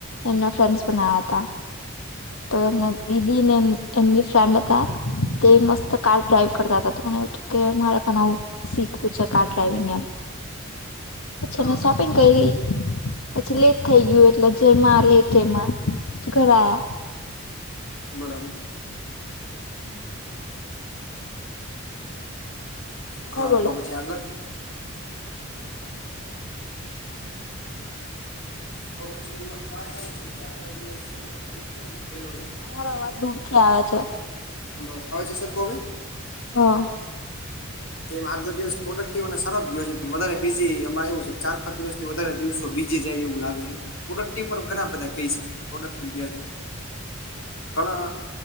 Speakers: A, on the left; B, on the left.
A: એમના ફ્રેન્ડસ પણ આયા હતા તો એમના દીદી ને એ એમની ફ્રેન્ડ હતા તે મસ્ત તો કાર ડ્રાાઈવ કરતા હતા. તો મને એવું થું કે મારે પણ આવું શીખવું છે કાર ડ્રાાઈવિંગ એમ અચ્છા
B: હા
A: મેં સ શોપિંગ કરી પછી લેટ થઈ ગયું એટલે જમાં લેટ એમાં પ ઘરે આયા
B: બરાબર છે
A: હમ્મ તમે
B: હા
A: બોલો
B: તો પછી આગળ તો પછી દિવસ મારે એવું છે કે આજનો દિવસ તો <unintelligible> થેલો છે
A: તમારો અવાજ દૂર થી આવે છે
B: હલો આવે છે સરકો હવે
A: હ
B: તેમ આજનો દિવસ પ્રોડક્ટિવ અને સારો જ ગયો છે પણ વધારે બીઝી આમાં એવું છે ચાર દિવસથી વધારે દિવસો બીજી જાય એવું લાગે છે પ્રોડક્ટીવ ઘણા બધા કહી શકાય પ્રોડક્ટ <unintelligible> ધડા